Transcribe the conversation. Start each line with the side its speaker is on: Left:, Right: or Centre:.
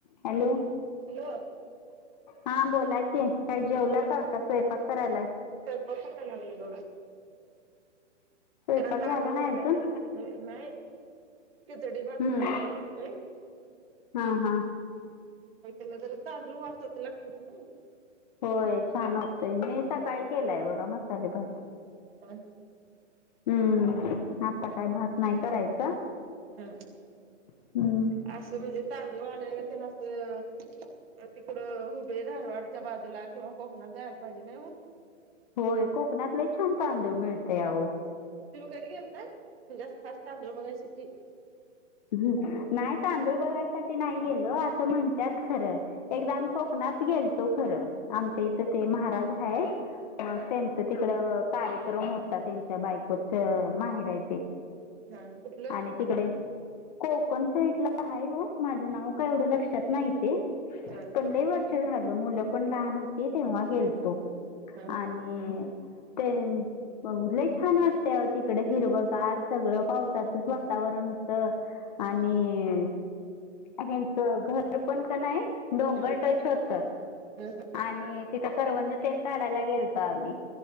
Left: Hello.
Right: Hello.
Left: हा बोला की काय जेवला का का स्वयंपाक करायलाय?
Right: <unintelligible>
Left: स्वयंपाक
Right: जरा तांदूळ
Left: झाला नाही
Right: घालायचं
Left: अजून
Right: मंग ते नाही. खिचडी भात
Left: हम्म
Right: करायचा म्हणतोय.
Left: हा हा
Right: काय त्याला जरा तांदळू वासाच लागतात ना.
Left: होय छान असतय मी सकाळी केलाय बघा मसाले भात.
Right: <unintelligible>
Left: हम्म आता काय भात नाय करायचा.
Right: हा
Left: हम्म
Right: असं म्हणजे तांदूळ आणयला पण असं अ तिकडं हुबळी धारवाडच्या बाजूला किंवा कोकणात जायला पाहिजे नायं ओ.
Left: होय कोकणात लई छान तांदूळ मिळतय आहो.
Right: तुम्ही कधी गेलता म्हणजे अस खास तांदुळ बघायसाठी
Left: हं नायं तांदूळ बघायसाठी नायं गेलो असं म्हणत्यात खरं. एकदा आम्ही कोकणात गेलतो खरं आमच्या इथं ते महाराज हाय अ
Right: हा
Left: त्यां त तिकड कार्यक्रम होता त्यांच्या बायकोच माहेर हाय
Right: ह कुठलं
Left: तिकडे कोकण साईड ला हाय ओ माझं नाव कायं एवढं लक्षात नाही ते.
Right: ह
Left: लयं वर्ष झालो मुलं पण लहान होती तेव्हा गेलतो
Right: हा
Left: आणि
Right: हा
Left: तेनं लय छान वाटत तिकड हिरव गार सगळं
Right: होय
Left: पावसाचंच वातावरण होत
Right: होय.
Left: आणि
Right: हा
Left: ह्यांचं घर पण क नाय डोंगर
Right: हा
Left: टच होत
Right: हा हा
Left: आणि तिथं करवंद तेन काढायला गेल तो आम्ही